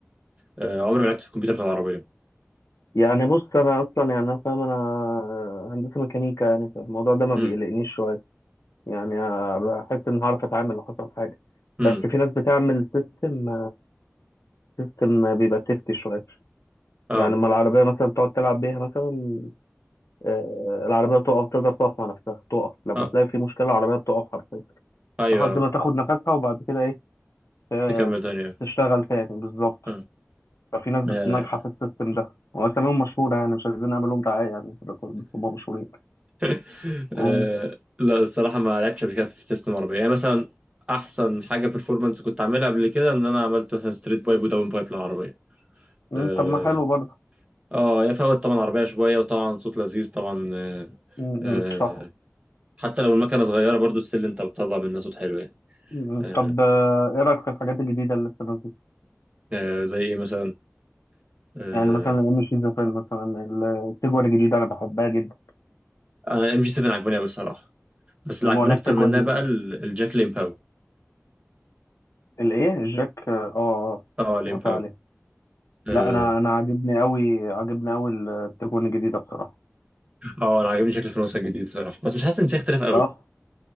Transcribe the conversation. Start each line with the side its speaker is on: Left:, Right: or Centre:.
Right: آه، عمري ما لعبت في الكمبيوتر في العربيه
Left: يعني بص انا اصلا يعني انا فاهم انا هندسة ميكانيكا يعني فالموضوع ده ما
Right: امم
Left: بيقلقنيش شوية يعني آه، بحس ان هعرف اتعامل لو حصل حاجه
Right: امم
Left: بس في ناس بتعمل سيستم سيستم بيبقى سيفتي شويه
Right: اه
Left: يعني لما العربيه مثلا تقعد تلعب بيها مثلا آه، العربيه تقف تقدر تقف مع نفسها تقف لما
Right: اه
Left: تلاقي في مشكله العربيه بتقف حرفيا
Right: ايوه
Left: لحد ما تاخد نفسها وبعد كده ايه آه،
Right: تكمل تاني آه.
Left: تشتغل تاني بالظبط
Right: آه.
Left: ففي ناس بت-
Right: آه.
Left: ناجحه في السيستم ده واساميهم مشهوره يعني مش عايزين نعمل لهم دعايه يعني في الريكورد، بس هم مشهورين
Right: <laughs>
Left: مم.
Right: آه. لا الصراحه ما لعبتش قبل كده في سيستم عربيه يعني مثلا احسن حاجه بيرفورمانس كنت عاملها قبل كده ان انا عملت مثلا ستريت بايب وداون بايب للعربيه
Left: مم،
Right: اه
Left: طب ما حلو برضه
Right: اه هي فوت طبعا عربيه شويه وطبعا صوت لذيذ طبعا آه.
Left: مم،
Right: آه.
Left: مم، صح
Right: حتى لو المكنه صغيره برضو السل انت بتطلع منها صوت حلو يعني
Left: مم. مم.
Right: آه.
Left: طب آه، ايه رايك في الحاجات الجديده اللي لسه نازله
Right: آه. زي ايه مثلا آه،
Left: يعني مثلا الام شيزوفرين مثلا التجوان الجديده انا بحبها جدا
Right: ام جي 7 عجباني قوي الصراحه بس اللي
Left: وانا
Right: عجباني اكتر
Left: التجوان
Right: منها بقى ال- الجاك ليمباو
Left: الايه الجاك اه
Right: اه ليمباو
Left: اه قطع عليه
Right: اه
Left: لا انا انا عاجبني قوي عاجبني قوي التجوان الجديده بصراحه
Right: آه، انا عاجبني شكل الفانوس الجديد الصراحه بس مش حاسس ان فيها اختلاف قوي
Left: لا